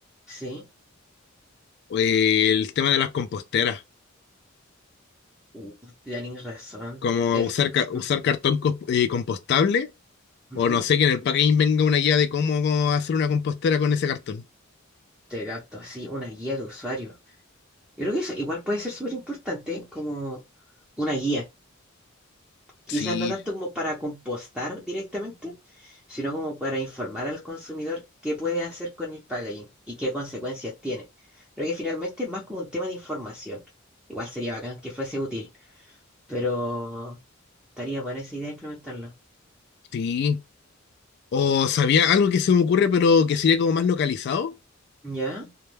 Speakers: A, in the centre; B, on the left.
A: Sí,
B: o el tema de las composteras,
A: uh, tenés razón.
B: como
A: El
B: usar,
A: te,
B: ca-
A: ujú,
B: usar cartón cos- eh, compostable
A: ujú.
B: O no sé, que en el packaging venga una guía de cómo hacer una compostera con ese cartón.
A: Te capto, así una guía de usuario. Yo creo que eso igual puede ser súper importante como una guía Quizás
B: Sí,
A: no tanto como para compostar directamente, sino como para informar al consumidor qué puede hacer con el packaging y qué consecuencias tiene. Creo que finalmente es más como un tema de información. Igual sería bacán que fuese útil, pero estaría buena esa idea implementarlo.
B: Sí. O sabía algo que se me ocurre, pero que sería como más localizado.
A: ¿Ya?